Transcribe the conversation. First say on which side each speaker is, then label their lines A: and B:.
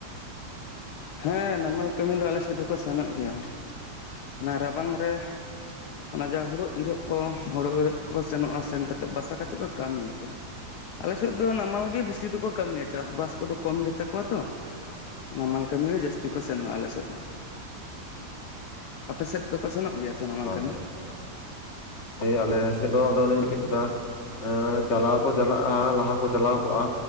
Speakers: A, on the left (about 75°); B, on the left (about 45°).
A: ᱦᱮᱸ ᱱᱟᱢᱟᱞ ᱠᱟᱹᱢᱤ ᱫᱚ ᱟᱞᱮ ᱥᱮᱫ ᱫᱚᱠᱚ ᱥᱮᱱᱚᱜ ᱜᱮᱭᱟ ᱚᱱᱟ ᱨᱟᱵᱟᱝ ᱨᱮ ᱚᱱᱟ ᱡᱟ ᱦᱳᱲᱳ ᱤᱨᱚᱜ ᱠᱚ ᱦᱳᱲᱳ ᱤᱨᱚᱜ ᱠᱚᱠᱚ ᱥᱮᱱᱚᱜᱼᱟ ᱥᱮᱱ ᱠᱟᱛᱮᱫ ᱵᱟᱥᱟ ᱠᱟᱛᱮᱫ ᱠᱚ ᱠᱟᱹᱢᱤᱭᱟ ᱠᱚ᱾ ᱟᱞᱮᱥᱮᱫ ᱫᱚ ᱱᱟᱢᱟᱞ ᱜᱮ ᱵᱮᱥᱤ ᱫᱚᱠᱚ ᱠᱟᱹᱢᱤᱭᱟ ᱪᱟᱥᱵᱟᱥ ᱠᱚᱫᱚ ᱠᱚᱢ ᱜᱮᱛᱟ ᱠᱚᱣᱟ ᱛᱚ ᱱᱟᱢᱟᱞ ᱠᱟᱹᱢᱤ ᱜᱮ ᱡᱟᱹᱥᱛᱤ ᱠᱚ ᱥᱮᱱᱚᱜᱼᱟ ᱟᱞᱮ ᱥᱮᱫ ᱫᱚ, ᱟᱯᱮ ᱥᱮᱫ ᱫᱚᱠᱚ ᱥᱮᱱᱚᱜ ᱜᱮᱭᱟ? ᱥᱮ ᱱᱟᱢᱟᱞ
B: ᱚ
A: ᱠᱟᱹᱢᱤ
B: ᱟᱪᱪᱷᱟ ᱟᱪᱪᱷᱟ, ᱳᱭ ᱟᱞᱮ ᱥᱮᱫ ᱫᱚ ᱟᱫᱚᱧ ᱞᱟᱹᱭ ᱠᱮᱫ ᱫᱟ᱾ ᱮᱸ ᱪᱟᱞᱟᱣ ᱠᱚ ᱪᱟᱞᱟᱜᱼᱟ ᱞᱟᱦᱟ ᱠᱚ ᱪᱟᱞᱟᱣ ᱠᱚᱜᱼᱟ᱾